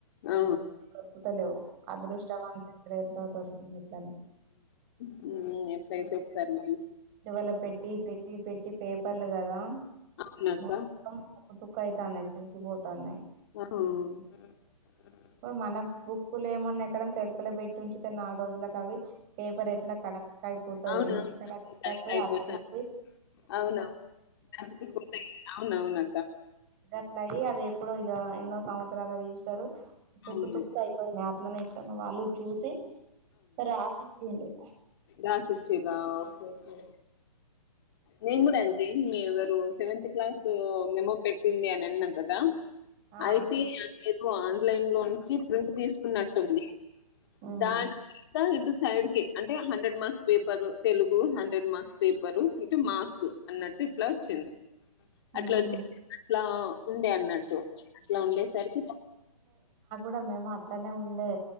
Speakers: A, on the left; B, on the right.
A: ఆ
B: దొరుకుతలేవు అదృష్టంత ఎడ ఎంతో దొరికిందిట్లనే <unintelligible>
A: మ్ ఎట్లయితే ఒకసారి పోయి
B: నిల్వలో పెట్టి, పెట్టి పెట్టి పేపర్లు కదా
A: అవునక్క
B: మొత్తం తుక్కతుకైతానయ్ పోతనాయి
A: మ్
B: ఇప్పుడు మన బుక్కులు ఏమన్నా ఎక్కడ సెలుపుల పెట్టి ఉంచుతే నాలుగు రోజులకు అవి పేపర్ ఎట్లా కడ కైపోతది
A: అవునవును
B: కడక్
A: కరెక్ట్
B: అయిపో
A: అయిపోతు
B: అతుక్కపోయి
A: అవును అతికి పోతయి అవునవును
B: గట్లయి అవి ఎప్పుడో ఇగ ఎన్నో సంవత్సరాల రిజిస్టార్ తుక్కు
A: అవును
B: తుక్కు అయిపోయినాయి ఇట్లనే ఇట్లనే వాళ్ళు చూసి రాసిచిండ్రు
A: రాసి ఇచ్చిళ్ళ ఒకే ఒకే నేను కూడా అంత మీ ఎవరు సెవెంతత్ క్లాస్ మెమో పెట్టింది అని అన్నా కదా
B: ఆ
A: ఐతే అది ఏదో ఆన్లైన్లోంచి ప్రింట్ తీసుకున్నట్టుంది
B: ఉమ్
A: దానమీద ఇటు సైడ్ కి అంటే hundred marks paper Telugu hundred marks paper ఇటు మార్క్స్ అన్నట్టు ఇట్లా వచ్చింది అట్లా
B: మ్ హు
A: వచ్చి అట్లా ఉండే అన్నట్టు అట్లా ఉండేసరికి
B: ఇగ మేము అట్లానే ఉండే